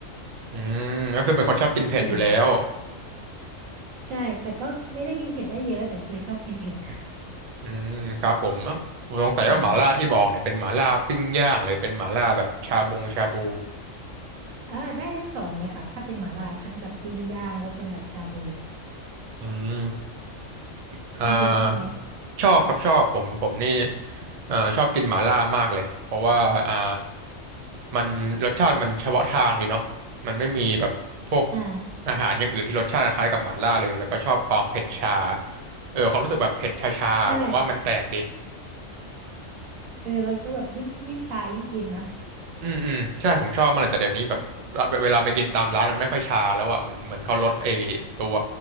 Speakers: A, on the right; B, on the right.
A: อืมก็คือเป็นคนชอบกินเผ็ดอยู่แล้ว
B: เออใช่แต่ก็ไม่ได้กินเผ็ดได้เยอะแต่คือชอบกินเผ็ด
A: อืมครับผมอ่ะผมสงสัยว่าหม่าล่าที่บอกเนี่ยเป็นหม่าล่าปิ้งย่างเลยเป็นหม่าล่าแบบชาบงชาบู
B: เอออ่าได้ทั้งสองเลยค่ะถ้าเป็นหม่าล่าทั้งแบบปิ้งย่างแล้วเป็นแบบชาบู
A: อืมอ่าชอบครับชอบผมผมนี่
B: คุณฟิลชอบไหม
A: อ่าชอบกินหม่าล่ามากเลยเพราะว่าอ่ามันรสชาติมันเฉพาะทางดีเนาะมันไม่มีแบบพวก
B: อ่า
A: อาหารอย่างอื่นที่รสชาติคล้ายกับหม่าล่าเลยแล้วก็ชอบความเผ็ดชาเออความรู้สึกแบบเผ็ดชาๆผมว่ามันแปลกดี
B: ใช่เออแล้วก็แบบยิ่งยิ่งชายิ่งกินนะ
A: อืมอืมใช่ผมชอบมันเลยแต่เดี๋ยวนี้แบบเวลาไปกินตามร้านมันไม่ค่อยชาแล้วอะเหมือนเหมือนเขาลดไอ้ตัว